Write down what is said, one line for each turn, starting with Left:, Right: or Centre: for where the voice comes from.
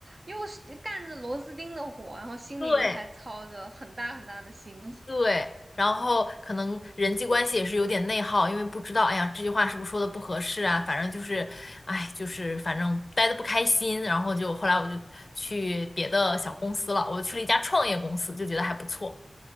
Right: 又是干着螺丝钉的活，然后心里又还操着很大很大的心。
Left: 对对，然后可能人际关系也是有点内耗，因为不知道，哎呀，这句话是不是说的不合适啊？反正就是，哎，就是反正待的不开心，然后就后来我就去别的小公司了，我去了一家创业公司，就觉得还不错。